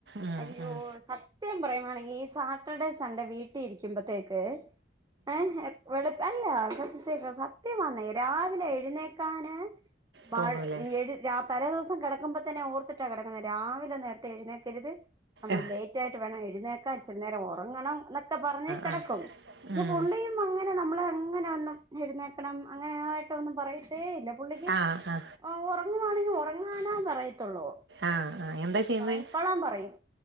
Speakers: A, on the right; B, on the right.
A: ഉം,
B: അയ്യോ
A: ഉം.
B: സത്യം പറയാ ആണെങ്കിൽ ഈ സാറ്റർഡേ സൺഡേ വീട്ടിൽ ഇരിക്കുമ്പോത്തേക്ക് ആഹ ഒളപ്പ അല്ല <unintelligible> സത്യം ആന്നേ രാവിലെ എഴ എഴുന്നേക്കാന് മഴ
A: തോന്നൂലേ
B: എഴ് രാ തലേദിവസം കിടക്കുമ്പ തന്നെ ഓർത്തിട്ടാ കിടക്കുന്നത് രാവിലെ നേരത്തെ എഴുന്നേക്കരുത് നമ്മൾ
A: ആ
B: ലേറ്റായിട്ട് ട്ട് വേണം എഴുന്നേക്കാച് വൈകുന്നേരം ഒറങ്ങണം ന്നൊക്ക് ക്കെ പറഞ് കെടക്കും
A: ആ
B: പക്ഷെ
A: ഉം.
B: പുള്ളിയും അങ്ങനെ ന്നമ്മ്ളെ അങ്ങനെ ഒന്നും എഴുന്നേക്കണം അങ്ങനെആയിട്ടൊന്നും പറയ് പറയത്തി ല്ലേ പുള്ളികി
A: ആ ആ
B: ഓ ഒറക് ളുആണെങ്കിലൽ ഒറങ്ങാനാ പറയ് ത്തൊള്ളൂ
A: ആഹ് ആഹ് എന്താ ചെയ്യുന്നെ
B: ഒറങ്ങിക്കൊളാൻ പറയും